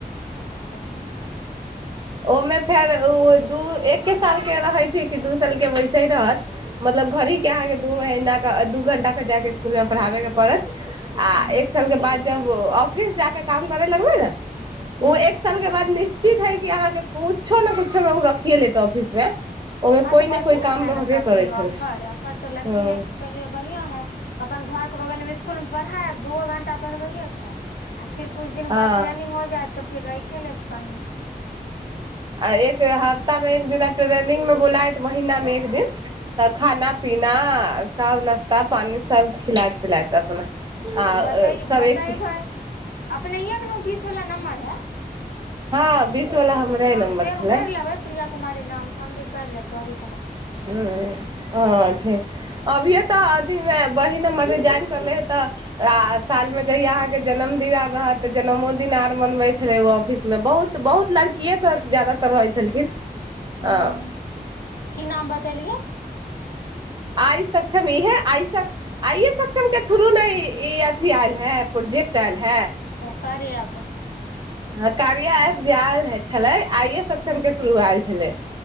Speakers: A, on the left; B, on the right.
A: ह बोलग
B: ओमे फेर ओ दू-एक सालक रहैत छै कि दू सालक? मतलब घरे टा रहत कि अहाँकेँ दू घंटा लेल स्कूल जा कऽ पढ़ाबय पड़त? आ
A: हूँ
B: एक साल के बाद जब ऑफिस जााक काम करै लगबै ने
A: हूँ
B: ओ एक साल के बाद निित सी हइ कि अहाँ किछुओ नहि, किछु-ने-किछु मे ओ ऑफिसमे रखिए लेत। ओहिमे
A: हँ
B: कोइ
A: तऽ
B: ने
A: बढ़ििया
B: कोइ काम
A: है
B: रहबे
A: ने तब
B: करै
A: ई
B: छलै
A: ऑफर, ऑफर तो लड़की
B: ह
A: ले के लिए बढ़ियां है अपन घर के बगल में स्कूल मे पढ़ाय दुइयो घंटा। पढ़बैत अछि, आ फेर किछु
B: हँ
A: दिन बाद ट्रेनिंग होइत अछि। तऽ फिरइ खेलत कहहि
B: आ एक हफ्ता मे एक दिना ट्रेनिंग मे बोलबैत तऽ महिनामे एक दिन। तऽ खाना पीना सभ नास्ता पानी सभ खिलात खिलाय त अपना आ
A: तऽ बत
B: सब
A: बतेबै
B: एक
A: अपनययैकु बीस वला नम्मर है
B: हँ बीस वाला हमरे
A: हँ
B: नम्बर
A: सेब
B: छलै
A: कर लेबै प्रिया कुमारी नाम सँ हमभी कर लेब्रॉल
B: ह हँ ठीक अभिये तऽ अथीमे बह नम्बर रिजाइन कए लेने छथि तऽ सालमे अहाँक जन्मदिन रहै तऽ जन्मदिन सेहो मनबैत छल। ओ ऑफिसमे बहुत लड़की सभ जादातर रहै छलखिन
A: हूँ
B: आँ
A: की नाम बतेलियै
B: आइ सक्षम इहे आइस आइे सक्षम के थ्रू ने ई अथी आयल है प्रोजेक्ट आयल है
A: कार्य ऐप
B: ह कारिया एप जे आयल हे छले आइ सक्षम
A: हूँ
B: के थ्रू आयल छले